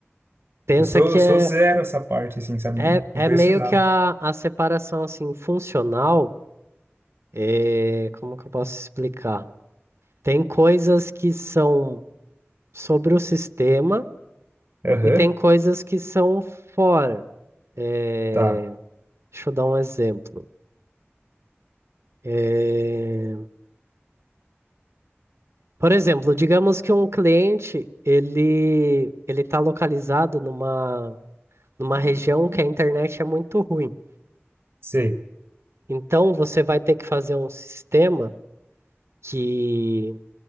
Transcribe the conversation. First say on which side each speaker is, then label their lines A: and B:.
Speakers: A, on the right (about 75°); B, on the right (about 60°).
A: Pensa
B: Eu sou,
A: que
B: eu
A: é,
B: sou zero essa parte, assim, sabe?
A: é,
B: Não,
A: é
B: não conheço
A: meio
B: nada.
A: que a, a separação assim, funcional. é, como que eu posso explicar? Tem coisas que são sobre o sistema
B: Aham.
A: e tem coisas que são fora. É,
B: Tá,
A: deixa eu dar um exemplo. É, Por exemplo, digamos que um cliente ele ele está localizado numa numa região que a internet é muito ruim.
B: sei.
A: Então você vai ter que fazer um sistema que